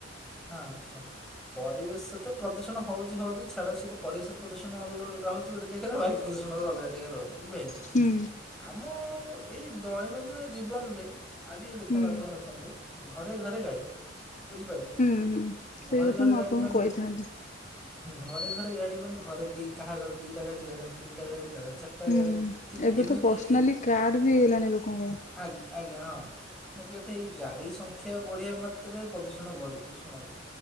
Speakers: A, in the centre; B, on the left (about 40°).
A: ହଁ ଶୁଣନ୍ତ। ପରିବେଶ ତ ପ୍ରଦୂଷଣ ହଉଛି ହଉଛି ଛାଡ ସେଏ ତ ପରିବେଶର ପ୍ରଦୂଷଣ ଅ ରହୁଛି ଗୋଟେ ଜାଗାରେ ବାୟୁ ପ୍ରଦୂଷଣ ଅଲଗା ଜାଗାରେ ରହୁଛି। ବୁଝିପାରିଲେ।
B: ହୁଁ
A: ଆମ ଏଇ ଦୈନନ୍ଦିନ ଜୀବନରେ ଆଜିି
B: ହୁଁ।
A: ଦେଖନ୍ତୁ ଆପଣ ଦେଖନ୍ତୁ ଘରେ ଘରେ ଗାଡି ବୁଝିପାରିଲେ
B: ହୁଁ ହୁଁ ସେଇ
A: ଘରେ
B: କଥା
A: ଘରେ
B: ମୁଁ
A: ଗାଡି
B: ଆପଣଙ୍କୁ
A: ମାନେ
B: କହିଥାନ୍ତି।
A: ଘରେ ଘରେ ଗାଡି ମାନେ ଘରେ ଦି କାହା ଘରେ ଦିଟା ଗାଡି କାହା ଘରେ ତିନଟା ଗାଡି କାହା ଘରେ ଚାରିଟା
B: ହୁଁ
A: ଗାଡି କିନ୍ତୁ
B: ଏବେ
A: ଏମିତି
B: ତ ପର୍ସନାଲି କାର ବି ହେଇଗଲାଣି ଲୋକଙ୍କର
A: ଆଜ୍ଞା ଆଜ୍ଞା ହଁ। ମୋ କହିବା କଥା ଏଇ ଗାଡି ସଂଖ୍ୟା ବଢିବା ମାତ୍ରେ ପ୍ରଦୂଷଣ ବଢୁଛି ଶୁଣନ୍ତୁ